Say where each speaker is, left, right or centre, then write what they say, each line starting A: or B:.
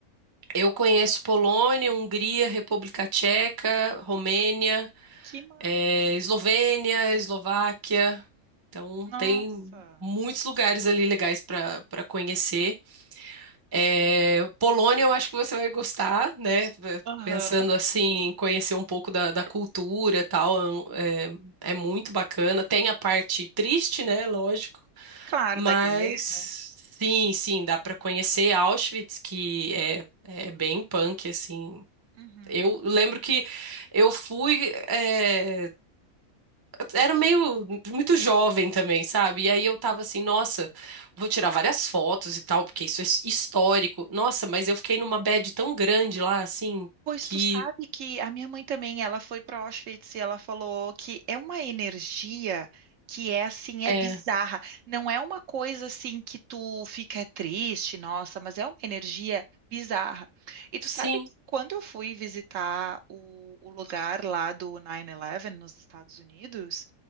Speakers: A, on the right; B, on the right.
A: eu conheço Polônia, Hungria, República Tcheca, Romênia,
B: Que massa!
A: eh, Eslovênia, Eslováquia. Então,
B: Nossa!
A: tem muitos lugares ali legais para para conhecer. É, Polônia, eu acho que você vai gostar, né?
B: Aham.
A: Pensando assim, em conhecer um pouco da, da cultura e tal, é, um, é é muito bacana. Tem a parte triste, né? Lógico,
B: Claro,
A: mas
B: da guerra.
A: sim, sim, dá para conhecer Auschwitz, que é, é bem punk, assim.
B: Uhum.
A: Eu lembro que eu fui. é, era meio muito jovem também, sabe? E aí eu tava assim, nossa, vou tirar várias fotos e tal, porque isso é histórico. Nossa, mas eu fiquei numa bad tão grande lá, assim,
B: Pois
A: que
B: tu sabe que a minha mãe também, ela foi para Auschwitz e ela falou que é uma energia que é assim, é
A: é,
B: bizarra. Não é uma coisa assim que tu fica triste, nossa, mas é uma energia bizarra. E tu
A: sim,
B: sabe que quando eu fui visitar o, o lugar lá do 9/11 nos Estados Unidos,